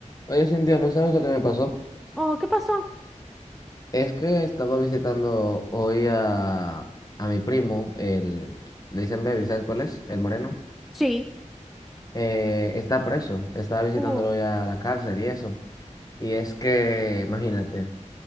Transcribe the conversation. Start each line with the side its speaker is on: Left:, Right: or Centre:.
Left: Oye, Cintia, ¿no sabes lo que me pasó?
Centre: Oh, ¿qué pasó?
Left: Es que estaba visitando hoy a, a mi primo, el, le dicen Baby, ¿sabes cuál es? El moreno.
Centre: Sí.
Left: Eh, está preso, estaba visitándolo
Centre: Oh,
Left: hoy a la cárcel y eso. Y es que, imagínate,